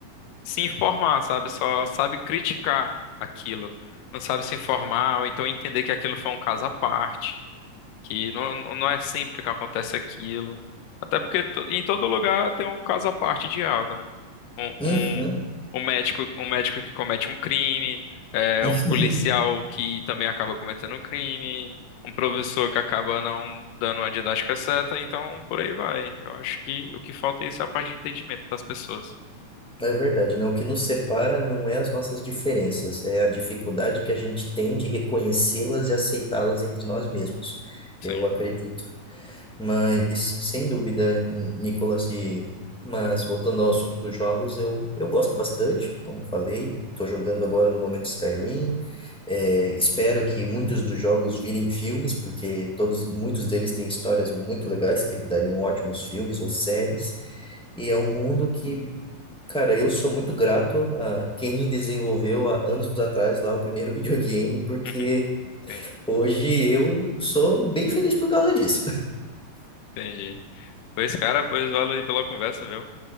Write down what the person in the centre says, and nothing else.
Uhum.
<laughs>
É verdade, né? O que nos separa não é as nossas diferenças, é a dificuldade que a gente tem de reconhecê-las e aceitá-las entre nós mesmos.
Eu acredito Mas, sem dúvida, N- Nicolas, e... mas voltando ao assunto dos jogos, eu, eu gosto bastante, como falei, estou jogando agora no momento Skyrim, é, espero que muitos dos jogos virem filmes, porque todos, muitos deles têm histórias muito legais que dariam ótimos filmes ou séries, e é um mundo que, cara, eu sou muito grato a quem desenvolveu há anos atrás lá o primeiro <laughs> videogame, porque
hoje eu sou bem feliz por causa disso.